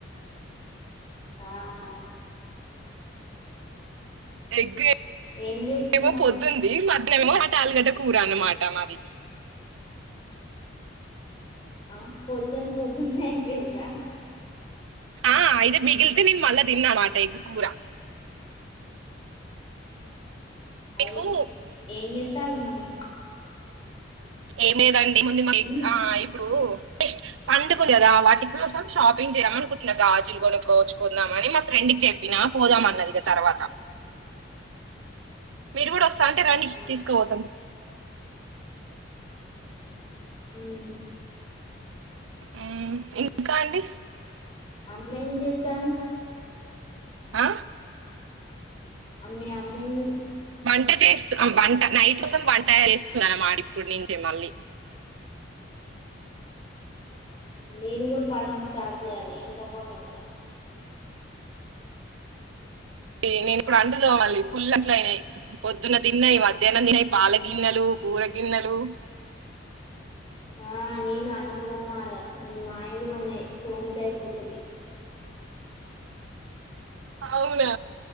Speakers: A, on the left (about 25°); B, on the right (about 75°).
A: ఆహా
B: ఎగ్
A: ఏం చేస్తున్నారు
B: ఏమో పొద్దుంది మ టమాటాలుగడ్డ కూర అనమాట మాది
A: ఆ పొద్దున పొద్దున్నే అయిపోయిందా
B: ఆ ఇది మిగిలితే నేను మళ్ళ తిన్నామాట ఎగ్ కూర మీకు
A: అయింది ఏన్ చేత్తల్ మరి
B: ఏంలేదండ్ ముందిమ ఎగ్
A: ఉమ్
B: ఆ ఇప్పుడు జస్ట్ పండుగ కదా వాటి కోసం షాపింగ్ చేయమ అనుకుంటున్నా గాజులు కొనుక్కోచుకుందామని మా ఫ్రెండ్కి చెప్పినా పోదాం అన్నదిక తర్వాత మీరు కూడా వస్ స్థాంటే రండి
A: ఆ
B: తీసుకుపోతాం
A: మ్మ్
B: మ్మ్ ఇంకా అండి
A: అమ్మేం చేత్తంది
B: ఆ
A: అమ్మీ అమ్మెంచే
B: వంట చేస్ వంట నైట్ తమ్ వంట చేస్తుందన్నమాట ఇప్పుడు నుంచి మళ్ళీ
A: నేను కూడ పనులు స్టార్ట్ చేయాలి ఇంకా ఫోన్ అ
B: నేను ఇప్పుడు అంట్లు ఫుల్ అట్ల అయినాయి పొద్దున్న తిన్నాయి మధ్యాహ్నం తిన్నాయి పాల గిన్నెలు కూర గిన్నెలు
A: ఆ నేను అంట్లు తోమలే మాయగుడు ఉన్నాయి తోమితే అయిపోతది
B: అవునా